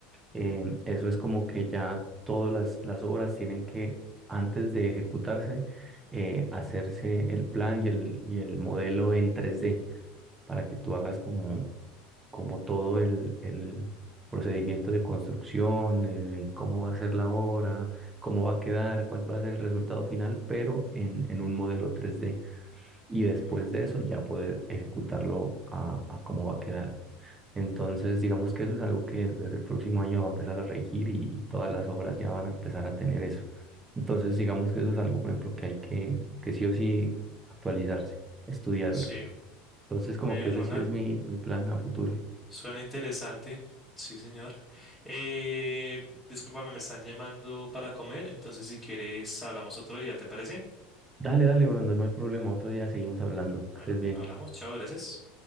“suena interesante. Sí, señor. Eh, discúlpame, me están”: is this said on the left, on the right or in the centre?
Centre